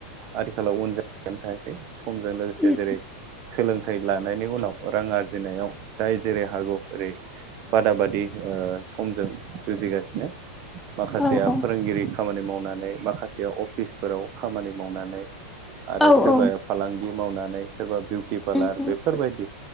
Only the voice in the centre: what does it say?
उम
औ औ
औ
औ
उम उम